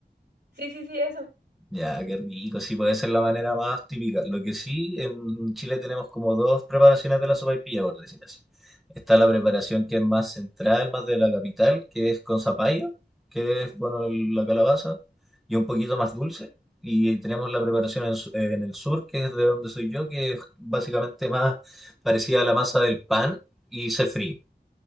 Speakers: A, on the right; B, in the centre.
A: Sí, sí, sí, eso.
B: Ya, qué rico, sí, puede ser la manera más típica. Lo que sí, en Chile tenemos como dos preparaciones de la sopaipilla, por decir así. Está la preparación que es más central, más de la capital, que es con zapallo, que es, bueno, el- la calabaza, y un poquito más dulce. Y tenemos la preparación en, su- en el sur, que es de donde soy yo, que es básicamente más parecida a la masa del pan y se fríe.